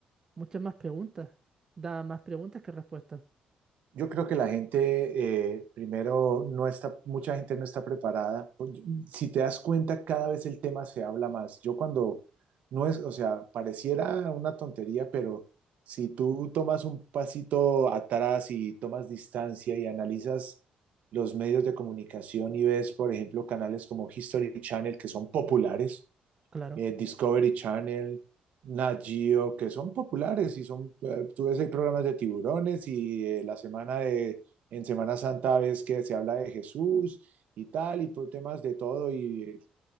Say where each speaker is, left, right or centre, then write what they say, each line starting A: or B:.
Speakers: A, on the right (about 25°); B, on the right (about 60°).
A: Muchas más preguntas. Da más preguntas que respuestas.
B: Yo creo que la gente, eh, primero, no está, mucha gente no está preparada. Pues, yo- Si te das cuenta, cada vez el tema se habla más. Yo cuando, no es, o sea, pareciera una tontería, pero si tú tomas un pasito atrás y tomas distancia y analizas los medios de comunicación y ves, por ejemplo, canales como History Channel, que son populares,
A: Claro,
B: eh, Discovery Channel, Nat Geo, que son populares y son, eh, tú ves, hay programas de tiburones y eh, la semana de, en Semana Santa ves que se habla de Jesús y tal, y por temas de todo, y, eh,